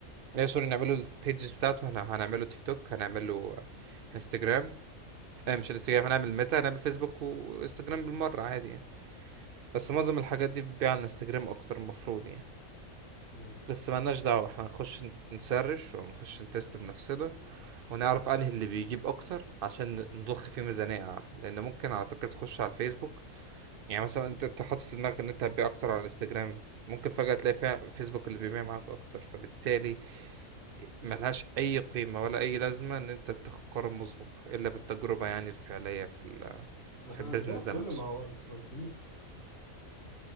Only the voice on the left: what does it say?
مم.
احنا
هنجرب كله
ما هو it's for free